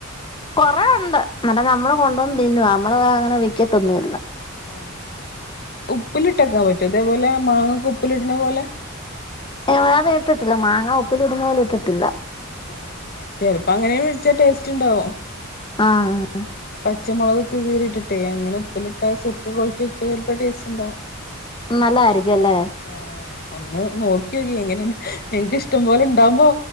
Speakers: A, on the left (about 25°); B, on the left (about 45°).
A: കൊറേണ്ട് എന്നല്ല നമ്മള് കൊണ്ടുവന്ന് തിന്നു നമ്മള് അങ്ങനെ വെക്കത്തൊന്നല്ല
B: ഏ ഉപ്പിലിട്ടക്കാൻ പറ്റും ഇതേപോലെ മാങ്ങക്ക് ഉപ്പിലിടണ പോലെ
A: ഏ അത് ഇട്ടിട്ടില്ല മാങ്ങ ഉപ്പിൽ ഇടുന്ന പോലെ ഇട്ടിട്ടില്ല
B: ഏ ഏ ചെലപ്പം അങ്ങനെ വിളിച്ചാ ടേസ്റ്റ് ഉണ്ടാവും
A: ആഹ് ആ
B: പച്ചമുളകൊക്കെ കീറിയിട്ടിട്ടേ അങ്ങനെ ഉപ്പിലിട്ട സുർക്ക കുഴച്ച് വെച്ചാ ചിലപ്പോ ടേസ്റ്റ് ഉണ്ടാവും
A: നല്ല ആയിരിക്കു അല്ലേ
B: ആഹ് ഒന്ന് നോക്കിയോക്കി. എങ്ങനെണ്ട് നിങ്ങക്ക് ഇഷ്ടം പോലെ ഉണ്ടാവുമ്പോ